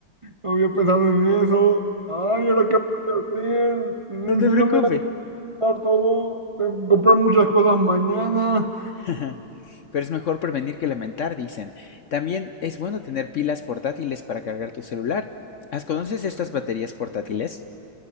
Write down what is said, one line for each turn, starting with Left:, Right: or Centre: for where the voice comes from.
Right: no había pensado en eso. Ay, ¿ahora qué voy a hacer? Y
Left: No
Right: si
Left: te
Right: no
Left: preocupes.
Right: me da todo, tengo que comprar muchas cosas mañana.
Left: <laughs> Pero es mejor prevenir que lamentar, dicen. También es bueno tener pilas portátiles para cargar tu celular. ¿Las ¿Conoces estas baterías portátiles?